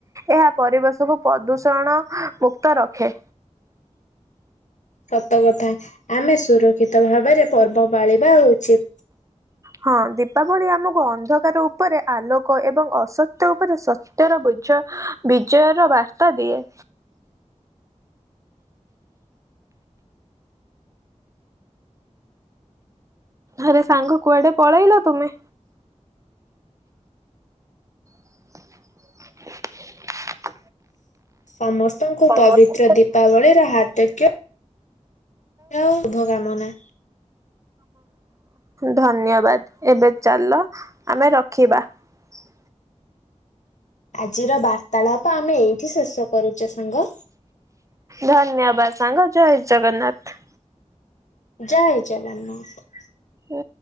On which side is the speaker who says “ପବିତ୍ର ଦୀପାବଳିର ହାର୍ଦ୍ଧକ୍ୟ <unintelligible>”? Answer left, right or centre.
Left